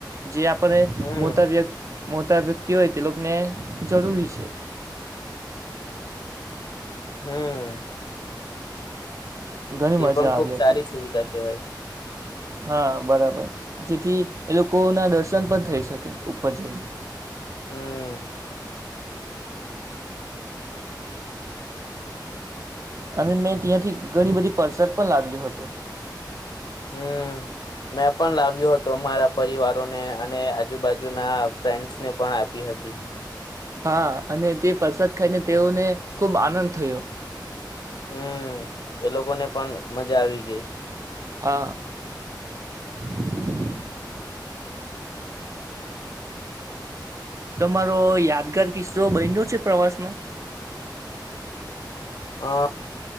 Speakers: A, on the right; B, on the left.
A: જે આપણે
B: હમ
A: મોટા વ્યક્તિ મોટા વ્યક્તિ હોય તે લોકોને જરૂરી છે.
B: હમ્મ.
A: ઘણી મજા
B: એ પણ
A: આવી
B: ખુક
A: હતી
B: સારી સુવિધા કેવાય.
A: હા બરાબર જેથી એ લોકો ના દર્શન પણ થઈ શકે ઉપર જઈને.
B: હમ્મ.
A: અને મેં ત્યાંથી ઘણી બધી પરસાદ પણ લાવ્યો હતું.
B: હમ મેં પણ લાવ્યું હતું અમારા પરિવારોને અને આજુબાજુના ફ્રેન્ડસને પણ આપી હતી.
A: હા અને તે પ્રસાદ ખાઈને તેઓને ખુબ આનંદ થયો.
B: હમ એ લોકો ને પણ. મજા આવી ગઈ.
A: હા <inaudible> તમારો યાદગાર કિસ્સો બન્યો છે પ્રવાસમાં?
B: અ